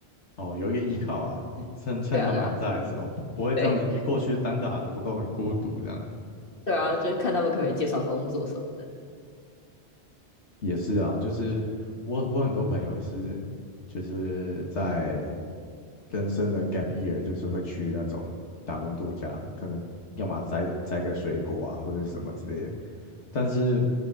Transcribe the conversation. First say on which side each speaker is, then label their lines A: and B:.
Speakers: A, on the left; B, on the left.
A: 哦，有一个依靠啊，一趁趁他们还在的时候，
B: 对啊，对啊，
A: 不不会这样子一过去单打独斗很孤独这样。
B: 对，对啊，就是看他们可不可以介绍工作什么的。
A: 也是啊，就是我我很多朋友也是，就是在人生的 gap year，就是会去那种打工度假，可能要么摘摘个水果啊，或者是什么之类的。但是